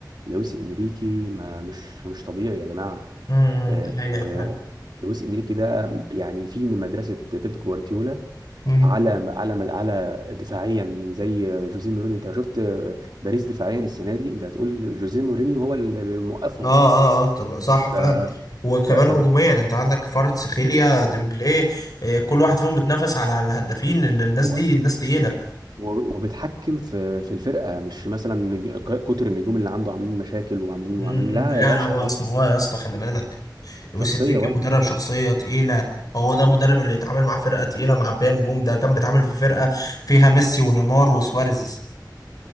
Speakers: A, on the right; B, on the left.
A: لويس انريكي ما مش مش طبيعي يا جماعة
B: امم
A: آه،
B: دي حقيقة
A: آه،
B: فعلا
A: لويس انريكي ده يعني في من مدرسة بيب جوارديولا
B: مم.
A: على على على دفاعيا زي جوزيه مورينيو انت لو شفت آه، باريس دفاعيا السنة دي انت هتقول جوزيه مورينيو هو اللي موقفهم
B: اه اه اه طب صح
A: ف
B: فعلا وكمان
A: ف- فدف...
B: هجوميا انت عندك فرد سخيليا ديمبلي آه، كل واحد فيهم بتنافس على الهدافين ان الناس
A: و...
B: دي الناس تقيلة
A: و- وبتحكم في في الفرقه مش مثلا نج... ك- كتر النجوم اللي عنده عاملين مشاكل وعاملين
B: مم.
A: وعاملين لا
B: لا
A: يا باشا
B: انا هو
A: هو
B: اصل هو يا اسطى خلي بالك لويس
A: شخصيه
B: انريكي
A: برضه
B: مدرب شخصيه تقيله هو ده المدرب اللي يتعامل معاه فرقه تقيله معبيه نجوم ده كان بيتعامل في فرقه فيها ميسي ونيمار وسواريز